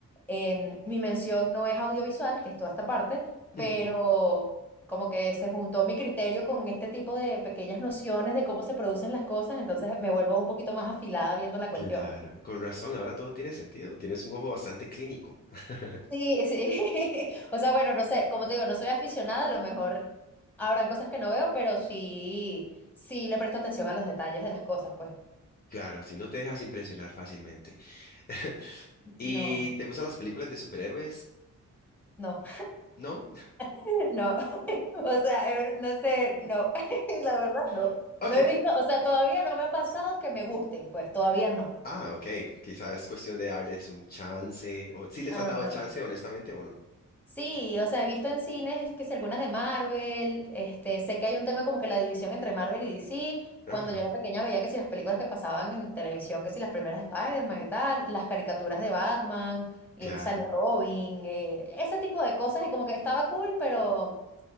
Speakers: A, in the centre; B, on the left (about 30°).
A: em, mi mención no es audiovisual, que es toda esta parte, pero
B: ujú,
A: como que se juntó mi criterio con este tipo de pequeñas nociones de cómo se producen las cosas, entonces me vuelvo un poquito más afilada viendo la cuestión.
B: claro.
A: pues.
B: Con razón, ahora todo tiene sentido. Tienes un ojo bastante clínico. <laughs>
A: Sí, sí. <laughs> O sea, bueno, no sé, como te digo, no soy aficionada, a lo mejor habrán cosas que no veo, pero sí, sí le presto atención a los detalles de las cosas, pues.
B: Claro, si no te dejas impresionar fácilmente. <laughs> ¿Y
A: No,
B: te gustan las películas de superhéroes?
A: no,
B: ¿No?
A: <laughs> no. <laughs> O sea, eh, no sé, no. <laughs> La verdad, no.
B: <laughs>
A: No
B: Ok.
A: he visto, o sea, todavía no me ha pasado que me gusten, pues, todavía no.
B: Ah, ok. Quizás es cuestión de darles un chance. O si les
A: Ajá.
B: has dado el chance, honestamente, o no.
A: Sí, o sea, he visto en cines que si algunas de Marvel, este, sé que hay un tema como que la división entre Marvel y DC.
B: Ajá,
A: Cuando yo era pequeña veía que si las películas que pasaban en televisión, que si las primeras de Spider-Man y tal, las caricaturas de Batman, y
B: claro.
A: que sale Robin, eh, ese tipo de cosas y como que estaba cool, pero